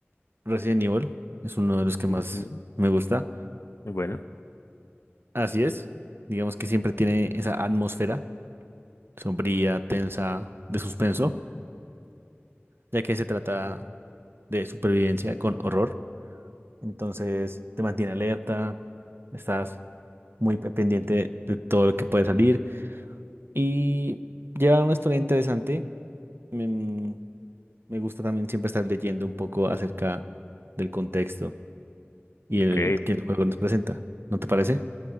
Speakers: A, on the right; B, on the left.
A: Resident Evil es uno de los que más
B: ujú,
A: me gusta.
B: Bueno.
A: Así es. Digamos que siempre tiene esa atmósfera sombría, tensa, de suspenso, ya que se trata de supervivencia con horror. Entonces, te mantiene alerta, estás muy pe- pendiente de todo lo que puede salir. Y lleva una historia interesante. Me, me gusta también siempre estar leyendo un poco acerca del contexto y
B: Ok,
A: el que el juego nos presenta. ¿No te parece?